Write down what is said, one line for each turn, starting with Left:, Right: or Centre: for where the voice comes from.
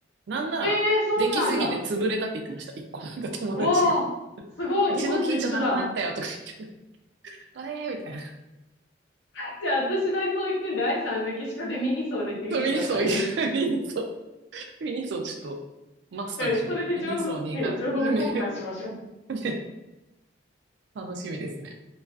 Right: なんなら、
Left: ええー、そうなんだ。
Right: できすぎて潰れたって言ってました。一個なんか友達が。
Left: わあ、
Right: <laughs>
Left: すごい、
Right: うちの近所なくなったよとか言って、
Left: 日本と一緒だ。
Right: あれみたいな。
Left: <laughs> じゃあ、私ダイソー行くんで、アイさんメキシコでミニソー行ってみてくださいね。
Right: そうミニソー行く。<laughs> ミニソー。ミニソーちょっとマストにしてくれミニソーに行かないよね。
Left: うん、それで情報、ね、情報交換しましょう。
Right: <laughs> ね。楽しみですね。